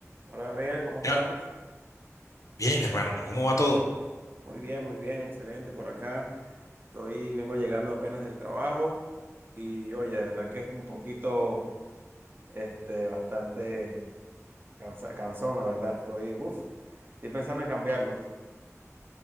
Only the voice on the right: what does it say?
Hola Gabriel, ¿cómo estás?
Muy bien, muy bien, excelente por acá. Estoy, vengo llegando apenas del trabajo y oye, de verdad que es un poquito, este, bastante cansa, cansón, la verdad. Estoy, uff, estoy pensando en cambiarlo.